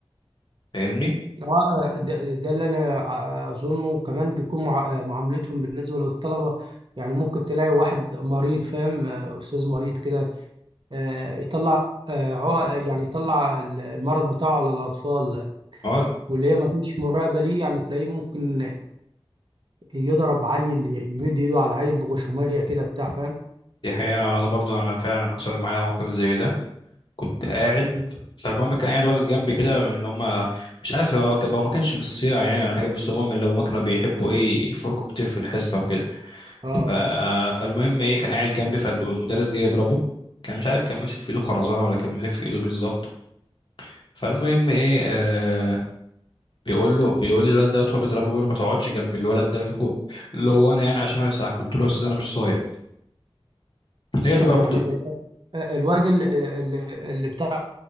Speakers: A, on the left; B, on the right.
A: فاهمني
B: آه، آه، ده ده اللي انا آه، اظنه كمان بيكون مع- آه، معاملتهم بالنسبه للطلبه يعني ممكن تلاقي واحد مريض فاهم آه، استاذ مريض كده آه، يطلع آه، عق- يعني يطلع ال- المرض بتاعه على الاطفال
A: اه
B: واللي هي ما فيش مراقبه ليه يعني تلاقيه ممكن يضرب عيل ي- يمد ايده على عيل بغشوميه كده بتاع فاهم
A: دي حقيقة انا أنا برضو انا فعلا حصل معايا موقف زي ده كنت قاعد
B: مم.
A: فالمهم كان قاعد ولد جنبي كده من اللي هم مش عارف هو كان- هو ما كانش من الصيع يعني ولا حاجه بس هم من اللي هم كانوا بيحبوا ايه يفركوا كتير في الحصه وكده
B: اه
A: ف... فالمهم ايه كان قاعد جنبي فالمدرس جه يضربه كان مش عارف كان ماسك في ايده خرزانه ولا كان ماسك في ايده بالظبط فالمهم ايه آه بيقول له بيقول لي الولد دوت هو بيضربه بيقول له ما تقعدش جنب الولد ده اللي هو اللي هو انا يعني عشان هيصاع قلت له يا استاذ انا مش صايع لقيته
B: يع-
A: بقى
B: يعني
A: بد...
B: آه، آه، آه، الواد ال- ال- اللي بتاع